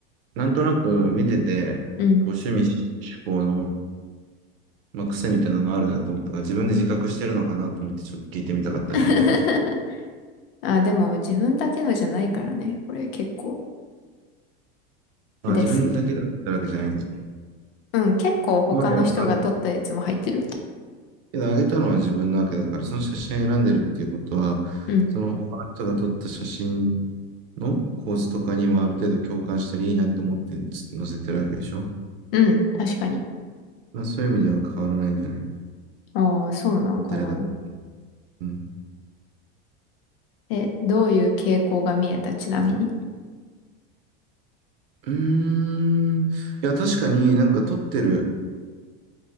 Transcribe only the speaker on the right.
なんとなく見てて、
こう趣味嗜好の、まあ、癖みたいなのあるなと思ったから、自分で自覚してるのかなと思ってちょっと聞いてみたかったんだよね。
あ、
自分だけが撮ったわけじゃないんだっけ。
まあけど、あ、けどあげたのは自分なわけだから、その写真選んでるっていうことは、
その他の人が撮った写真の構図とかにもある程度共感したりいいなと思って載せてるわけでしょ。
まあ、そういう意味では変わらないんじゃない
誰が。うん。
うーん。いや、確かになんか撮ってる、